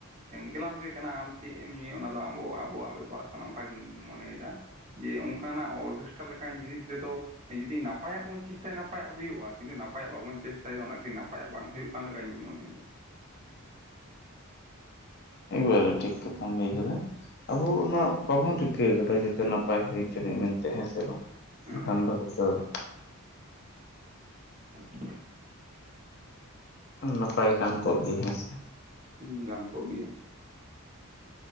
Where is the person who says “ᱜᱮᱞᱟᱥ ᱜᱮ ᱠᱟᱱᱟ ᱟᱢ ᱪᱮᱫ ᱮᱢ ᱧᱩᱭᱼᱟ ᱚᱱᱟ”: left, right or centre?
Right